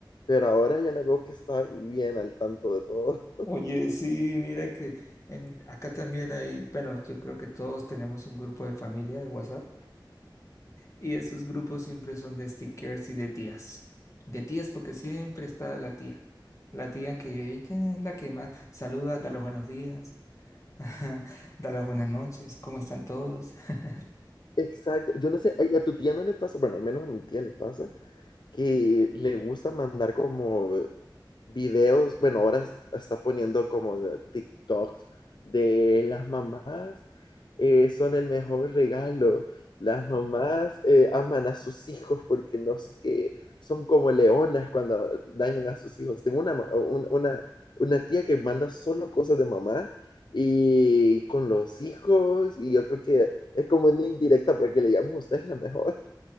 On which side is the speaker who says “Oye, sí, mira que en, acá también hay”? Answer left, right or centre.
Left